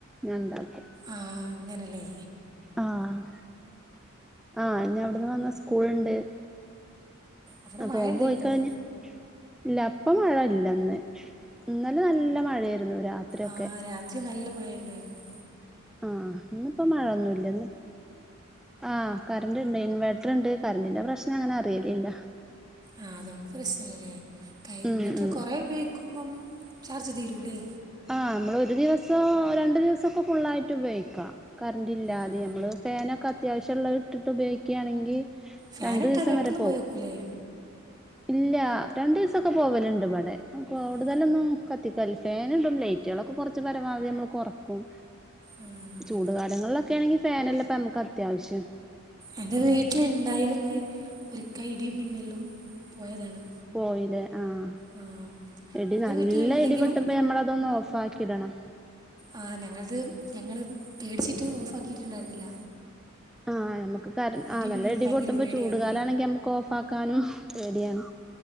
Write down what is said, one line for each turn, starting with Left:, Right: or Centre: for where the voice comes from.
Centre: ഞാൻ ഇണ്ടാക്കും
Right: ആഹ് അങ്ങനെലേ
Centre: ആഹ് ആഹ് ഇനി അവിടുന്ന് വന്നാ സ്കൂൾ ഇണ്ട്
Right: അവിടെ
Centre: അപ്പൊ
Right: മഴ
Centre: ഓന്
Right: ഉണ്ടോ
Centre: പോയിക്കഴിഞ്ഞ
Right: ഇപ്പോൾ
Centre: ഇല്ല അപ്പ മഴല്ലന്ന് ഇന്നല നല്ല മഴയായിരുന്നു രാത്രിയൊക്കെ
Right: ആ രാത്രി നല്ല മഴയുണ്ടായിരുന്നു
Centre: ആഹ് ഇന്നിപ്പോ മഴൊന്നുല്ല ഇന്ന് ആഹ് കറണ്ട് ഇണ്ട് ഇൻവേട്ടർണ്ട് കറന്റിന്റെ പ്രശ്നം അങ്ങനെ അറിയലില്ല
Right: ആഹ് അതോണ്ട് പ്രശ്നല്ലല്ലേ കൈ ഇൻവേർട്ടർ
Centre: ഉം ഉം
Right: കൊറേ ഉപയോഗിക്കുമ്പം ചാർജ് തീരൂലേ
Centre: ആഹ് ഇമ്മൾ ഒരു ദിവസൊ രണ്ടു ദിവസൊക്കെ ഫുുള്ളായിട്ട് ഉപയോഗിക്കാം കറന്റില്ലാതേം
Right: ആ
Centre: നമ്മള് ഫാനൊക്കെ അത്യാവശ്യള്ള ഇട്ടിട്ട് ഉപയോഗിക്കയാണെങ്കി
Right: ഫാനിട്ടാൽ
Centre: രണ്ട് ദീസം
Right: പെട്ടെന്ന്
Centre: വരെ പോവും
Right: പോയേക്കൂലേ
Centre: ഇല്ല രണ്ടീസൊക്കെ പോവലുണ്ട് ഇബടെ കൂടുതലൊന്നും
Right: ഏ
Centre: കത്തിക്കൽല ഫാ നിടും ലെയ്റ്റുകളൊക്കെ കൊർച്ച് പരമാവധി നമ്മൾ കൊറക്കും
Right: ആ
Centre: ചൂട്കാലങ്ങളിലൊക്കെ ആണെങ്കിൽ ഫാനല്ലെ ഇപ്പ നമ്മക്ക് അത്യാവശ്യം
Right: എന്റെ വീട്ടില്ണ്ടായിര്ന്ന് ഒരിക്ക ഇടിയും മിന്നൽലും പോയതാണ്
Centre: പോയിലെ ആഹ്
Right: ആ
Centre: ഇടി
Right: എൻ്റെ
Centre: നല്ല
Right: വീട്ടിലുണ്ടെങ്കിലും
Centre: ഇടി വെട്ട്മ്പ ഞമ്മളതൊന്ന് ഓഫ് ആക്കി ഇടണം
Right: ആഹ് ഞങ്ങൾത് ഞങ്ങൾ പേടിച്ചിട്ട് ഓഫ് ആക്കിയിട്ടുണ്ടായിരുന്നില്ല
Centre: ആഹ് ഞമ്മക്ക് കരന്റ്
Right: ഇടിയും
Centre: ആ നല്ല
Right: മിന്നലും
Centre: ഇടി
Right: ഭയങ്കര
Centre: പൊട്ടുമ്പോ
Right: പേടിയാണ്
Centre: ചൂടുകാലാണെങ്കി നമ്മക്ക് ഓഫ് ആക്കാനും പേടിയാണ്